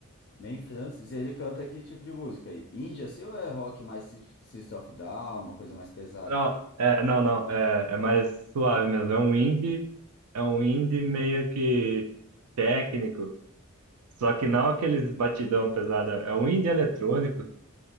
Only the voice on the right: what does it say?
Não, é, não, não, é, é mais suave mesmo, é um indie, é um indie meio que técnico. Só que não aqueles batidão pesado, é um indie eletrônico,